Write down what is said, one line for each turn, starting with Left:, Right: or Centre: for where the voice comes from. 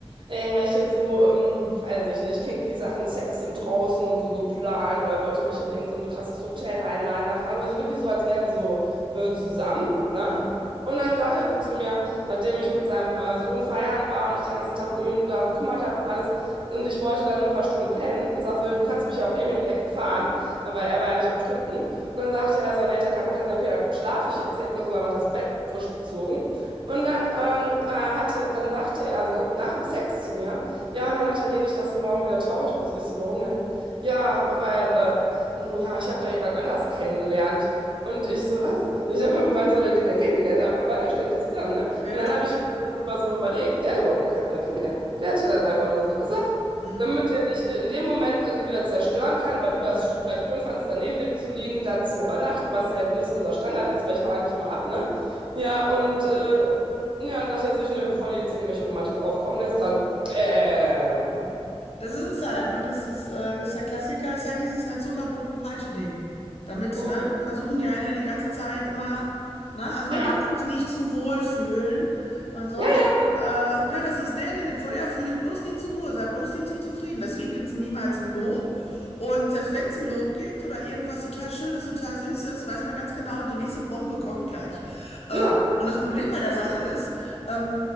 Right: irgendwelche so, ähm, weiß ich nicht, kinky Sachen, Sex im Draußen und so geplant oder wollte mich in irgend so ein krasses Hotel einladen. Da fragen also wirklich so, als wären wir so äh, zusammen, ne?
Left: Mhm.
Right: Und dann sagt er so zu mir, nachdem ich mit seinem äh, Sohn feiern war und mich den ganzen Tag um ihn da gekümmert habe und alles. Und ich wollte da nur ein paar Stunden pennen und sagte, so, du kannst mich ja auch irgendwie um die Ecke fahren, weil er war ja nicht betrunken. Und dann sagte er so, und er hat ja keinen Bock, dann sagte er okay, dann schlafe ich jetzt. Sie hat mir sogar noch das Bett frisch bezogen. Und dann, ähm, äh, hatte, dann sagte er so, nach dem Sex zu mir, ja, Mann, Nathalie, nicht, dass du morgen wieder traurig bist. Ich so, warum denn? Ja, weil, äh, ja, ich habe da jemand anders kennengelernt. Und ich so, was? Und ich dachte mir, wann soll er die denn kennengelernt haben? Wir waren ja ständig zusammen, ne?
Left: Ja,
Right: Und
Left: ja,
Right: dann
Left: klar.
Right: habe ich mir das immer so überlegt, der hat überhaupt gar keine andere kennengelernt. Der hat dir das einfach nur so gesagt,
Left: Mhm.
Right: damit er dich in dem Moment irgendwie wieder zerstören kann, weil du das
Left: Mhm.
Right: vielleicht schön fandst, daneben dem zu liegen, da zu übernachten, was ja nicht so unser Standard ist, weil ich hau eigentlich immer ab, ne? Ja, und äh, ja, dann dachte er sich, ne, bevor die jetzt irgendwelche Romantik aufkommen lässt, dann bäm.
Left: Das ist es halt, ne? Das ist, äh, das ist der Klassiker, ist halt dieses, ne, Zuckerbrot und Peitsche-Ding. Damit,
Right: Mhm.
Left: ne, versuchen die einen ja die ganze Zeit immer, ne, also man
Right: Genau.
Left: darf sich nicht zu wohl fühlen. Man sollte,
Right: Ja, ja,
Left: äh, ne, das ist, ne, ne, ja, fühl dich bloß nicht zu wohl, sei bloß nicht zu zufrieden. Deswegen gibt es niemals ein Lob. Und selbst wenn es ein Lob gibt oder irgendwas total Schönes, total Süßes, weiß man ganz genau, die nächste Bombe kommt gleich. Äh,
Right: genau.
Left: und das Problem bei der Sache ist, ähm,